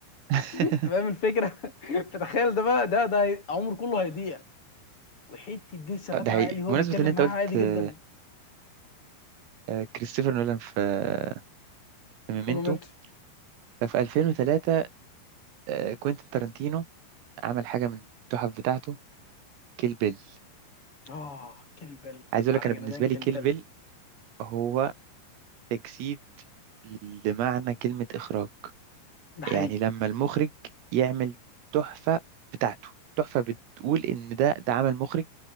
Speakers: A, on the right; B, on the left.
A: <laughs>
B: انت فاهم الفكره <laughs> فتخيل ده بقى ده ده هي- عمره كله هيضيع وحته دي ثبات
A: ده
B: عقلي
A: حقيقي
B: هو
A: بمناسبة
B: بيتكلم
A: ان انت
B: معاه
A: قلت
B: عادي جدا
A: آه، آه، كريستوفر نولان في آه، في ميمنتو
B: في مومنتو
A: ففي 2003 آه، كوينتين تارانتينو عمل حاجة من التحف بتاعته كيل بيل
B: اه كلبل
A: عايز أقول
B: وعلى
A: لك أنا
B: جمدان
A: بالنسبة
B: كلبل
A: لي كيل بيل هو تجسيد لمعنى كلمة إخراج
B: ده حقيقي
A: يعني لما المخرج يعمل تحفة بتاعته تحفة بتقول إن ده ده عمل مخرج